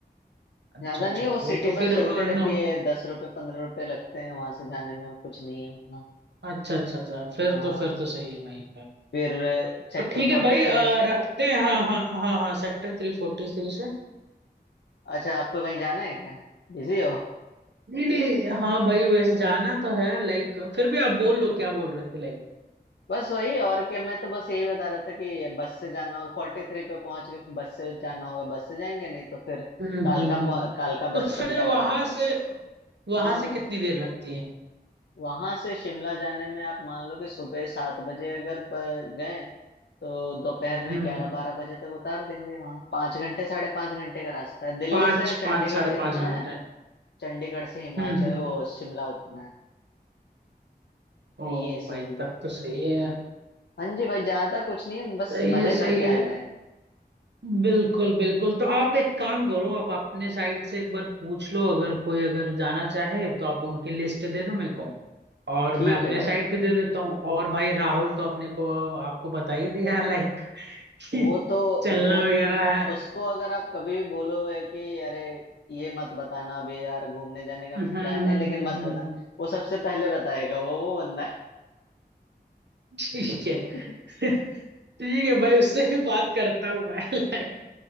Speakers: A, on the right (about 85°); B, on the left (about 85°).
A: अच्छा
B: ज्यादा
A: अच्छा
B: नहीं वो सिटी
A: वो तो
B: बस
A: फिर
B: चलते
A: अ, नौ
B: रहती है दस रुपये पंद्रह रुपये लगते हैं वहां से जाने में कुछ नहीं है उतना
A: अच्छा अच्छा अच्छा फिर
B: हाँ
A: तो फिर तो सही है भाई पर
B: फिर सेक्टर
A: तो ठीक
B: फोर्टी
A: है भाई अ,
B: थ्री से
A: रखते हैं हाँ हाँ हाँ हाँ सेक्टर थ्री फोर्टी थ्री से
B: अच्छा आपको कहीं जाना है क्या बिजी हो
A: नहीं नहीं हाँ भाई वैसे जाना तो है लाइक फिर भी आप बोल लो क्या बोल रहे थे लाइक
B: बस वही और क्या मैं तो बस यही बता रहा था कि बस से जाना होगा फोर्टी थ्री पे पहुंच के बस से जाना होगा बस से जाएंगे नहीं तो फिर
A: हम्म
B: कालका
A: हम्म हम्म
B: पह- कालका
A: तो
B: बस
A: फिर
B: तक जाके
A: वहां से वहां
B: हाँ
A: से कितनी देर लगती है
B: वहां से शिमला जाने में आप मान लो कि सुबह सात बजे अगर ब- गए तो दोपहर
A: हम्म
B: में ग्यारह
A: हम्म
B: बारह बजे तक उतार देंगे वहां पाँच घंटे साढ़े पाँच घंटे का रास्ता है दिल्ली
A: पाँच
B: से चंडीगढ़
A: पाँच साढ़े
B: जितना
A: पाँच घंटे
B: है चंडीगढ़ से हिमाचल
A: हम्म हम्म
B: वो शिमला उतना
A: ओ
B: है ये सीन
A: भाई
B: है भाई
A: तब तो सही है यार
B: हाँ जी भाई ज्यादा कुछ नहीं है बस
A: सही
B: मजे
A: है
B: करके
A: सही है
B: आने हैं
A: बिल्कुल बिल्कुल तो आप एक काम करो आप अपने साइड से एक बार पूछ लो अगर कोई अगर जाना चाहे तो आप उनकी लिस्ट दे दो मेरे को और
B: ठीक
A: मैं अपने
B: है भाई
A: साइड की दे देता हूँ और भाई राहुल तो अपने को आपको बता ही दिया लाइक कि
B: वो तो
A: चलना
B: वो
A: वगैरह है
B: उसको अगर आप कभी भी बोलोगे कि अरे ये मत बताना अभी यार घूमने जाने का
A: हम्म
B: प्लान
A: हम्म
B: है लेकिन
A: हम्म
B: मत
A: हम्म,
B: बताना
A: हम्म।
B: वो सबसे पहले बताएगा वो वो बंदा है
A: ठीक है
B: <laughs>
A: <laughs> ठीक है भाई उससे भी बात करता हूँ मैं लाइक